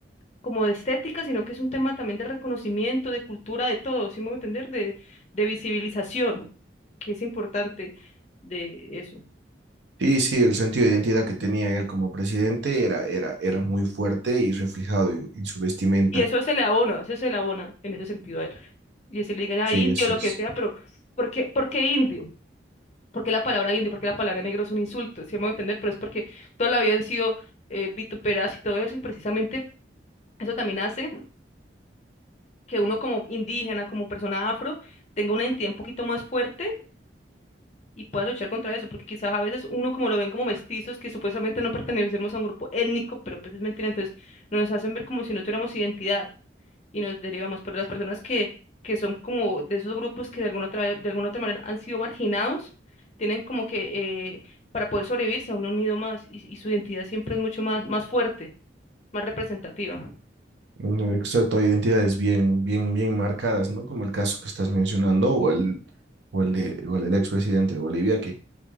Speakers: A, on the left (about 35°); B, on the right (about 70°).
A: como de estética, sino que es un tema también de reconocimiento, de cultura, de todo, ¿sí me voy a entender? De, de visibilización, que es importante de eso.
B: Sí, sí, el sentido de identidad que tenía él como presidente era, era, era muy fuerte y reflejado en, en su vestimenta.
A: Y eso se le abona, eso se le abona en ese sentido a él. Y si le digan a
B: Sí,
A: indio,
B: así
A: lo
B: es.
A: que sea, pero ¿por qué, por qué indio? ¿Por qué la palabra indio? ¿Por qué la palabra negro es un insulto? ¿Sí me voy a entender? Pero es porque toda la vida han sido eh, vituperadas y todo eso, y precisamente eso también hace que uno como indígena, como persona afro, tenga una identidad un poquito más fuerte y pueda luchar contra eso, porque quizás a veces uno como lo ven como mestizos, que supuestamente no pertenecemos a un grupo étnico, pero pues es mentira, entonces no nos hacen ver como si no tuviéramos identidad y nos derivamos, pero las personas que, que son como de esos grupos que de alguna otra, de alguna otra manera han sido marginados, tienen como que eh, para poder sobrevivir se han unido más y, y su identidad siempre es mucho más, más fuerte, más representativa. <laughs>
B: Mm, Exacto, hay identidades bien, bien, bien marcadas, ¿no? Como el caso que estás mencionando, o el, o el de, o el del expresidente de Bolivia, que,